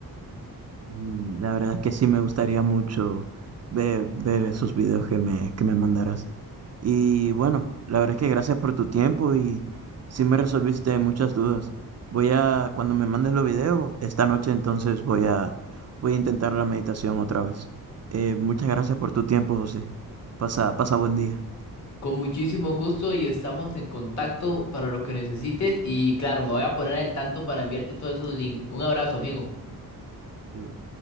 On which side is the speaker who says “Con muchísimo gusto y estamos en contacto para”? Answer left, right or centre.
Left